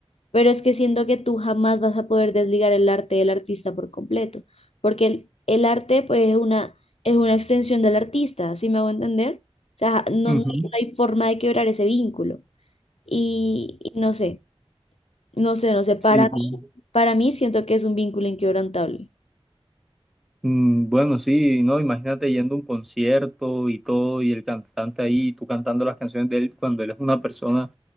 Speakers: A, on the left (about 75°); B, in the centre.
A: pero es que siento que tú jamás vas a poder desligar el arte del artista por completo, porque el, el arte pues es una, es una extensión del artista, ¿sí me hago entender? O sea, no,
B: Ujú.
A: no, hay no hay forma de quebrar ese vínculo. Y, y no sé, no sé, no sé, para
B: Sí, sí.
A: mí, para mí siento que es un vínculo inquebrantable.
B: Mm, bueno, sí, no, imagínate yendo a un concierto y todo, y el cantante ahí, tú cantando las canciones de él cuando él es una persona